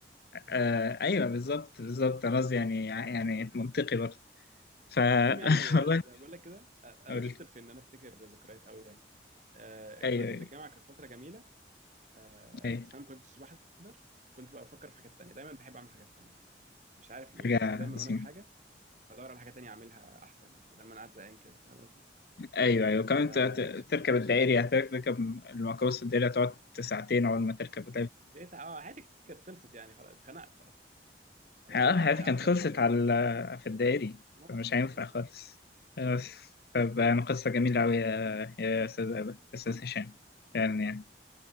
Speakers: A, on the left; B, on the right.
A: آه ايوه بالظبط بالظبط خلاص يعني يعني منطقي برضه ف
B: المهم يعني
A: <laughs> والله
B: آه، زي ما بقول لك كده آه، انا
A: اقول
B: مش
A: لك،
B: شاطر في ان انا افتكر ذكريات قوي يعني آه،
A: ايوه
B: فتره
A: ايوه
B: الجامعه كانت فتره جميله آه،
A: ايوه
B: بس انا ما كنتش بحد كنت بقى بفكر في حاجات تانية دايما بحب اعمل حاجات تانية مش عارف
A: حاجة
B: ليه بس انا دايما
A: عظيمة
B: وانا في حاجه بدور على حاجه تانية اعملها احسن يعني بدل ما انا قاعد زهقان كده فاهم قصدي
A: ايوه ايوه كمان
B: فمش
A: ت- ت-
B: معايا
A: تركب
B: كده
A: الدائري
B: في الجامعه
A: هتركب الميكروباص الدائري هتقعد ساعتين اول ما تركب
B: زهقت اه حياتي كانت خلصت يعني خلاص اتخنقت اصلا اروح
A: اه
B: بقى
A: حياتي كانت
B: احضر
A: خلصت
B: محاضره كمان
A: على في الدائري
B: مواصله
A: فمش هينفع
B: أيوه.
A: خالص بس طب أنا قصة جميلة أوي يا يا أستاذ أبا أستاذ هشام فعلا يعني